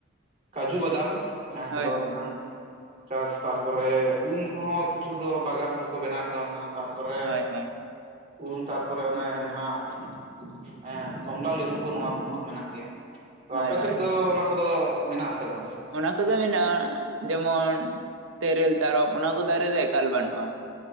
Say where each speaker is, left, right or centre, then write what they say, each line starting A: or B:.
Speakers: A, on the right (about 35°); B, on the right (about 75°).
A: ᱠᱟᱡᱩ ᱵᱟᱫᱟᱢ ᱡᱟᱦᱟᱸ ᱠᱚᱫᱚ
B: ᱦᱳᱭ ᱦᱳᱭ ᱦᱳᱭ
A: ᱢᱤᱫᱴᱟᱝ ᱪᱟᱥ ᱛᱟᱨᱯᱚᱨᱮ ᱩᱞ ᱠᱚᱦᱚᱸ ᱠᱤᱪᱷᱩ ᱫᱚ ᱵᱟᱜᱟᱱ ᱠᱚᱠᱚ ᱵᱮᱱᱟᱣ <unintelligible> ᱛᱟᱨᱯᱚᱨᱮ
B: ᱦᱳᱭ
A: ᱩᱞ ᱛᱟᱨᱯᱚᱨᱮ ᱚᱱᱮ ᱡᱟᱦᱟᱸ <unintelligible> ᱠᱚᱢᱞᱟ ᱞᱮᱵᱩ ᱠᱚ ᱱᱚᱣᱟ ᱠᱚᱦᱚᱸ ᱢᱮᱱᱟᱜ ᱜᱮᱭᱟ ᱛᱚ
B: ᱦᱳᱭ
A: ᱟᱯᱮ ᱥᱮᱫ
B: ᱦᱳᱭ
A: ᱫᱚ ᱚᱱᱟ ᱠᱚᱫᱚ ᱢᱮᱱᱟᱜ ᱟᱥᱮ ᱵᱟᱝ
B: ᱚᱱᱟ ᱠᱚᱫᱚ ᱢᱮᱱᱟᱜᱼᱟ ᱡᱮᱢᱚᱱ ᱛᱮᱨᱮᱞ ᱛᱟᱨᱚᱯ ᱚᱱᱟ ᱠᱚ ᱫᱟᱨᱮ ᱫᱚ ᱮᱠᱟᱞ ᱵᱟᱹᱱᱩᱜᱼᱟ